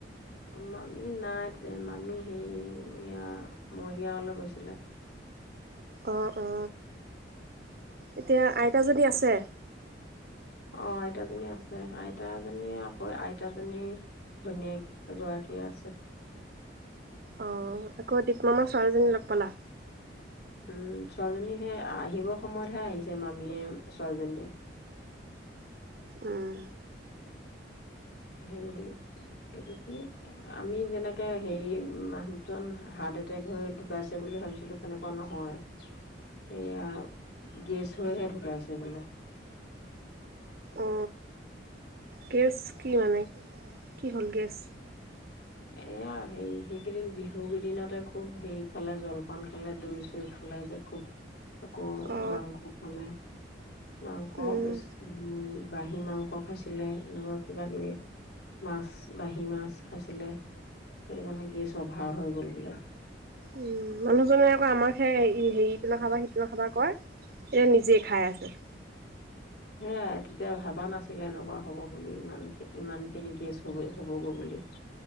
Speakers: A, on the left (about 55°); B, on the right (about 55°).
A: অ মামি নাই মামি সেই এয়া মৰিগাঁৱলৈ গৈছিলে
B: অ অ এতিয়া আইতাজনী আছে
A: অ আইতাজনী আছে আইতাজীয়ে আকৌ আইতাজনী ভনীয়েক এ গৰাকী আছে
B: অ আকৌ দীপ মামা ছোৱালীজনী লগ পালা
A: উম ছোৱালীজনী সেই আহিব সময়তহে আহিছে মামীয়ে ছোৱালীজনীয়ে
B: উম
A: হেৰি এইটো কি আমি যেনেকে হে মানুহজন হাৰ্ট এটেক হৈ ঢুকাইছে বুলি ভাবিছিলো সেনেকুৱা নহয় সেয়া গেছ হৈহে ঢুকাইছে বোলে
B: অ গেছ কি মানে কি হ'ল গেছ
A: এয়া সেই সেইকেইদিন বিহু কেইদিনতে খুব হেৰি খালে জলপান খালে দৈ চৈ খালে যে খুব আকৌ
B: অ
A: মাংখ খালে মাংস
B: উম
A: বেছ, উম, বাঁহী মাংস খাইছিলে এনেকুৱা কিবা কিবি, মাছ বাঁহী মাছ খাইছিলে। সেইটো কাৰণে গেছ অভাৰ হৈ গ'ল বোলে।
B: উম মানুহজনে আকৌ আমাক সেই হেৰি ইটো নাখাবা সিটো নাখাবা কয়, এতিয়া নিজে খাই আছে।
A: সেয়াই তেতিয়া ভাবা নাছিলে এনেকুৱা হ'ব বুলি ইমান ইমানখিনি গেছ হ'ব-হ'বগৈ বুলি।